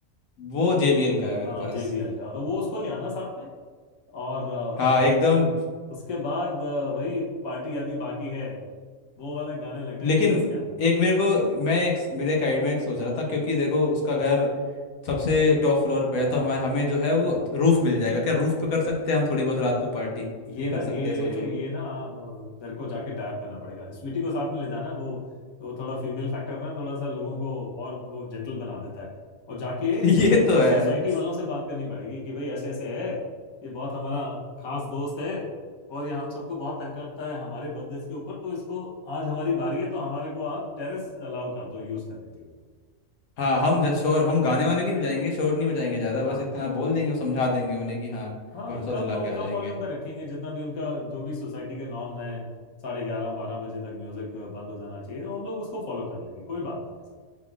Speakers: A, on the left (about 80°); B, on the left (about 25°).
A: वो JBL का है मेरे
B: हाँ
A: पास
B: जेबीएल का तो वो उसको ले आना साथ में और अ,
A: हाँ एकदम
B: उसके बाद अ, वही पार्टी अभी बाकी है वो वाला गाने लगने
A: लेकिन
B: चाहिए उसके अंदर
A: एक मेरे को मैं एक मेरे एक आइडिया में एक सोच रहा था क्योंकि देखो उसका घर सबसे टॉप फ्लोर पे है
B: हाँ
A: तो हमारे हमें जो है वो रूफ मिल जाएगा क्या रूफ पे कर सकते हैं हम थोड़ी बहुत रात को पार्टी
B: ये
A: ये कर
B: ना ये
A: सकते हैं सोचो
B: ये ना अ, तेरे को जाके टैप करना पड़ेगा स्वीटी को साथ में ले जाना वो वो थोड़ा फीमेल फैक्टर ना थोड़ा सा लोगों को और वो जेंटल बना देता है और जाके
A: <laughs>
B: सोसाइटी
A: ये तो
B: सोसाइटी
A: है
B: वालों से बात करनी पड़ेगी कि भाई ऐसे ऐसे है ये बहुत हमारा खास दोस्त है और ये हम सबको बहुत तंग करता है हमारे बर्थडे के ऊपर तो इसको आज हमारी बारी है तो हमारे को आप टेरेस अलाउ कर दो यूज करने के लिए
A: हाँ हम ज- शोर हम गाने वाने नहीं बजाएंगे शोर नहीं बजाएंगे ज़्यादा बस
B: हाँ
A: इतना बोल देंगे समझा देंगे उन्हें कि हाँ
B: हाँ
A: भरोसा
B: कम
A: दिला के आ
B: कम
A: जाएंगे
B: वॉल्यूम पे रखेंगे जितना भी उनका जो भी सोसाइटी के नॉर्म्स हैं साढ़े ग्यारह बारह बजे तक म्यूजिक बंद हो जाना चाहिए तो हम लोग उसको फॉलो कर लेंगे कोई बात नहीं है ऐसे